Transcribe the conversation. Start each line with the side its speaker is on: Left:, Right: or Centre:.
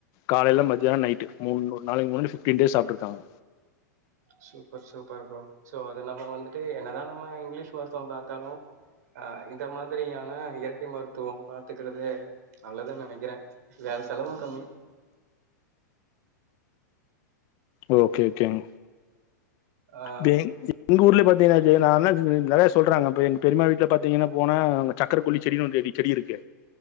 Left: காலைல மத்தியான நைட்டு மூன்னு நாளைக்கு <unintelligible> ஃபிஃப்ட்டீன் டேஸ் சாப்ட்ருக்காங்க
Right: சூப்பர் சூப்பர் ப்ரோ சோ அது நம்ம வந்துட்டு என்னதா நம்ம இங்லீஷ் மருத்துவொ பாத்தாலு அ இந்த மாதிரியான இயற்கை மருத்துவம் பாத்துக்குறது நல்லதுன் நெனைக்கிறே வேற செலவு கம்மி
Left: ஓ ஓகே ஓகேங்
Right: ஆ
Left: <unintelligible> எங்க ஊர்ல பாத்திங்னாச்ச நா <unintelligible> நெறைய சொல்றாங்க அப்ப எங் பெரிம்மா வீட்ல பாத்திங்கனா போனா அங்க சக்கர கொல்லி செடின்னு ஒரு செடி செடி இருக்கு